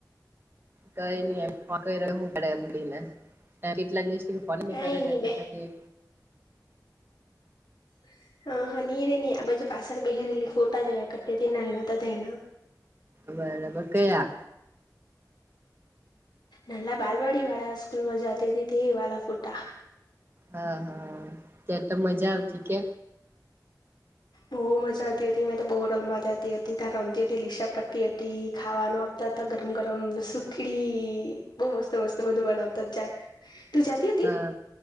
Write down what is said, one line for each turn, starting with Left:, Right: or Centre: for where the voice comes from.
Right: કઈ નઈ એમું પડે એમડીને કેટલા દિવસ ફોન ની
Left: કઈ
Right: કરે
Left: નઈ
Right: એટલે
Left: બે
Right: પછી
Left: <inaudible> હ હા નરેની આ બજ પાસાડ બહેરલી ફોટા જો કટતીનલ્ તોધન
Right: બડ વકયા
Left: નાલા બાલવાડી વાળા સ્કૂલ મજા ત હતી તેવાળ ફોટા
Right: હા હા ત્યાં તો મજા આવતી કે
Left: હો મજાતી હતી મેં તો બહુ રમ મજાતી હતી તં રમતી હતી લીસા પટ્ટતી હતી ખાવાનું આપતા હતા ગરમ ગર ગરમ સુખડી બહ મસ્ત મસ્ત બધું બનાવતા જ જાય તું જાતી હતી
Right: હા